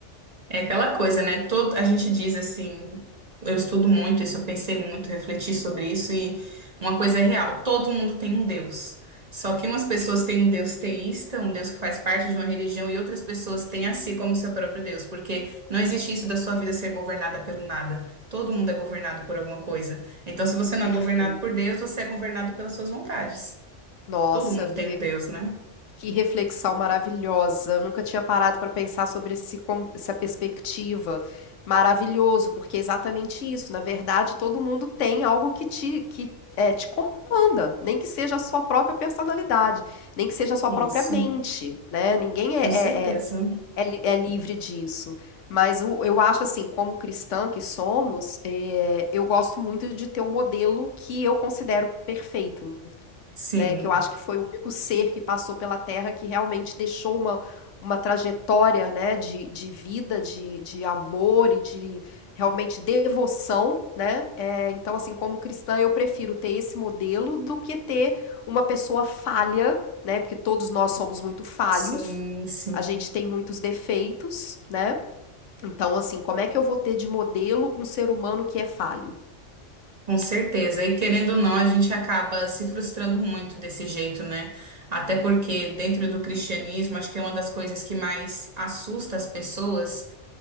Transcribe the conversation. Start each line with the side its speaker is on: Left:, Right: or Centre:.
Right: É aquela coisa, né? Todo, a gente diz assim, eu estudo muito isso, eu pensei muito, refleti sobre isso e uma coisa é real, todo mundo tem um Deus. Só que umas pessoas têm um Deus teísta, um Deus que faz parte de uma religião, e outras pessoas têm a si como seu próprio Deus, porque não existe isso da sua vida ser governada pelo nada. Todo mundo é governado por alguma coisa. Então, se você não
Left: Perfeito.
Right: é governado por Deus, você é governado pelas suas vontades.
Left: Nossa,
Right: Todo mundo
Left: Bia,
Right: tem um Deus, né?
Left: Que reflexão maravilhosa. Eu nunca tinha parado para pensar sobre esse, con- essa perspectiva. Maravilhoso, porque é exatamente isso. Na verdade, todo mundo tem algo que te, que, é, te comanda, nem que seja a sua própria personalidade, nem que seja a sua
Right: Isso,
Left: própria mente, né? Ninguém é,
Right: com certeza.
Left: é, é, é li- é livre disso. Mas eu, eu acho assim, como cristã que somos, é, eu gosto muito de ter um modelo que eu considero perfeito.
Right: Sim,
Left: Né, que eu acho que foi o único ser que passou pela Terra que realmente deixou uma uma trajetória, né, de de vida, de de amor e de realmente devoção, né, eh, então, assim, como cristã eu prefiro ter esse modelo do que ter uma pessoa falha, né, porque todos nós somos muito falhos,
Right: sim, sim.
Left: a gente tem muitos defeitos, né, então, assim, como é que eu vou ter de modelo um ser humano que é falho?
Right: Com certeza. E querendo ou não, a gente acaba se frustrando muito desse jeito, né? Até porque dentro do cristianismo, acho que é uma das coisas que mais assusta as pessoas